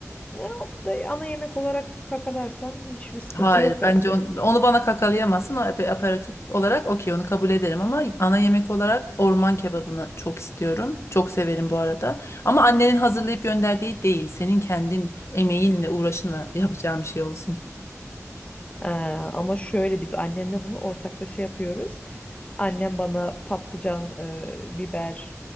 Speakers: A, on the left (about 25°); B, on the left (about 60°).
A: ya, o da ana yemek olarak kakalarsan hiçbir sıkıntı
B: Hayır
A: yok bence.
B: bence on- onu, bana kakalayamazsın. O ap- aperatif olarak okey onu kabul ederim ama ana yemek olarak orman kebabını çok istiyorum. Çok severim bu arada. Ama annenin hazırlayıp gönderdiği değil. Senin kendin emeğinle uğraşınla yapacağın bir şey olsun.
A: Ee, ama şöyle biz annemle bunu ortaklaşa yapıyoruz. Annem bana patlıcan, e, biber,